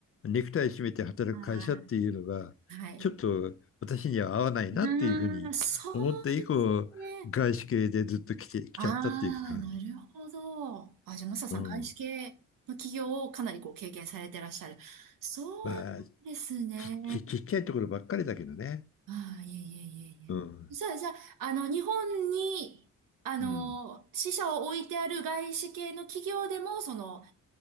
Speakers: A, on the left; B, on the right.
A: ネクタイ締めて働く会社っていうのが、
B: あー、はい。
A: ちょっと私には合わないなっていうふうに思って以降、
B: うーん、そうですね。
A: 外資系でずっと来て、来ちゃったっていう感じ。
B: ああ、なるほど。あ、じゃあ、マサさん、
A: うん
B: 外資系の企業をかなりこう経験されてらっしゃる。そうなんですね。
A: まあ、ち、ちちっちゃいところばっかりだけどね。
B: ああ、いえいえいえいえ。
A: うん。
B: じゃあ、じゃあ、あの、日本に、あの、
A: うん。
B: 支社を置いてある外資系の企業でも、その、